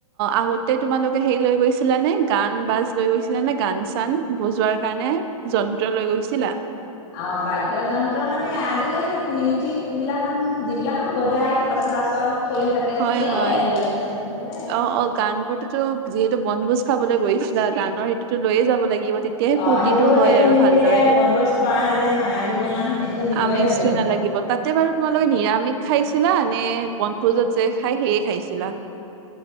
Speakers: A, on the right; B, on the left.
A: আহোতে তে তোমালোকে সেই লৈ গৈছিলা নে, গান বাজ লৈ গৈছিলা নে গান চান বজোৱাৰ কাৰণে যন্ত্ৰ লৈ গৈছিলা?
B: অ', বাদ্যযন্ত্ৰ মানে আজিকালি মিউজিক বিলাখান যিবিলাখান বজাই সচৰাচৰ চলি থাকে
A: হয়
B: এয়াই
A: হয়
B: এয়াই লৈ গৈছে এয়াই
A: অ অ গান বোৰতোতো যিহেতু বনভোজ খাবলৈ গৈ গানৰ হেইতুটো লৈয়ে যাব লাগিব তেতিয়াহে
B: অ
A: ফূৰ্তিটো
B: সেইটো
A: হয়
B: সেইটো
A: আৰু
B: নিনিলে
A: ভালদৰে
B: বনভোজ খোৱা যেন নালাগিব না সেইটো নিবই
A: আমেজটো
B: লাগিব
A: নালাগিব তাতে বাৰু তোমালোকে নিয়া খাইছিলা নে বনভোজত যে খাই সেয়ে খাইছিলা?